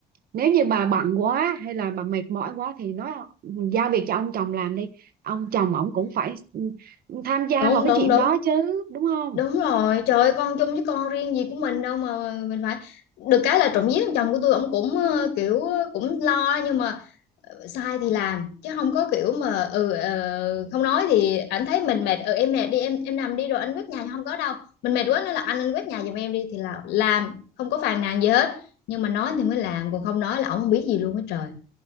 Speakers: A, on the right (about 60°); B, on the left (about 85°).
A: nếu như bà bận quá hay là bà mệt mỏi quá thì nói giao việc cho ông chồng làm đi ông chồng ổng cũng phải ừ, tham gia
B: đúng
A: vào cái
B: đúng
A: chuyện
B: đúng
A: đó chứ đúng không
B: đúng rồi trời ơi con chung với con riêng gì của mình đâu mà mình phải được cái là trộm vía thằng chồng của tôi ông cũng ờ, kiểu ờ, cũng lo nhưng mà ờ, sai thì làm chứ không có kiểu mà ừ ờ, không nói thì ảnh thấy mình mệt ừ em mệt đi em em nằm đi rồi anh quét nhà không có đâu mình mệt quá nói là anh anh quét nhà giùm em đi thì là làm không có phàn nàn gì hết nhưng mà nói thì mới làm còn không nói là ổng không biết gì luôn á trời